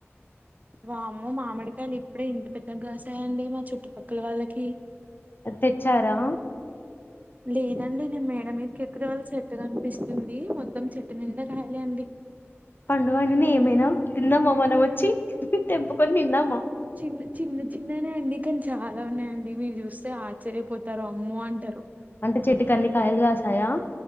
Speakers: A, on the right (about 35°); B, on the left (about 45°).
A: వామ్మో మామిడికాయలు ఇప్పుడే ఇంత పెద్ద కాసాయండి మా చుట్టుపక్కల వాళ్ళకి
B: తెచ్చారా
A: లేదండి నేను మేడ మీదకి ఎక్కుడ వాళ్ళ చెట్టు కనిపిస్తుంది. మొత్తం చెట్టు నిండా కాయలే అండి.
B: పండువాండిని ఏమైనా తిందమా మనం వచ్చి తెంపుకొని తిన్నామా!?
A: చిన్న చిన్న చిన్ననే అండి కానీ చాలా ఉన్నాయండి మీరు చూస్తే ఆశ్చర్యపోతారు అమ్మో అంటరు.
B: అంటే చెట్టుకి అన్ని కాయలు కాసాయా!?